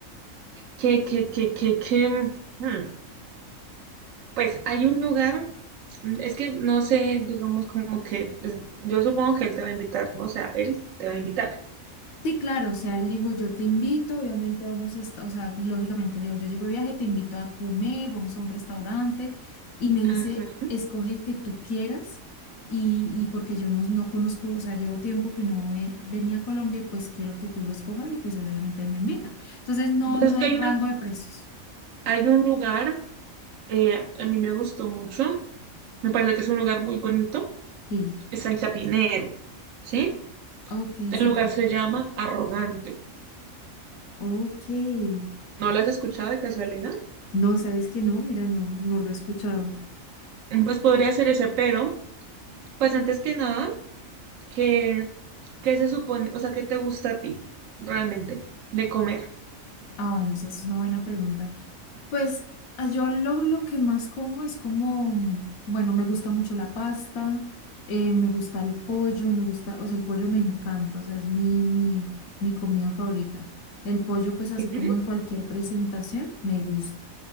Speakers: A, on the right; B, on the left.
A: que, que, que, que, que, mm, pues hay un lugar, mm, es que no sé, digamos como que, pues, yo supongo que él te va a invitar, ¿no? O sea, él te va a invitar.
B: Sí, claro, o sea, él dijo, yo te invito, obviamente vamos a estar, o sea, lógicamente le digo, yo llego de viaje, te invito a comer, vamos a un restaurante, y me dice,
A: Ujú.
B: escoge el que tú quieras, y, y porque yo no, no conozco, o sea, llevo tiempo que no eh, venía a Colombia, y pues quiero que tú lo escojas, y pues obviamente él me invita. Entonces, no,
A: Pues
B: no
A: es
B: hay
A: que hay
B: rango
A: una,
B: de precios.
A: hay un lugar, eh, a mí me gustó mucho, me parece que es un lugar muy bonito,
B: Sí,
A: es en Chapinero, ¿sí?
B: ok,
A: El
B: súper.
A: lugar se llama Arrogante.
B: Ok.
A: ¿No lo has escuchado de casualidad?
B: No, sabes que no, mira, no, no lo he escuchado.
A: Mm, Pues podría ser ese, pero, pues antes que nada. ¿Qué, qué se supone? O sea, ¿qué te gusta a ti realmente de comer?
B: Ah, bueno, sí, esa es una buena pregunta. Pues ah, yo lo, lo que más como es como, bueno, me gusta mucho la pasta, eh, me gusta el pollo, me gusta, o sea, el pollo me encanta, o sea, es mi, mi, mi comida favorita. El pollo, pues así como
A: Ujú.
B: en cualquier presentación, me gusta.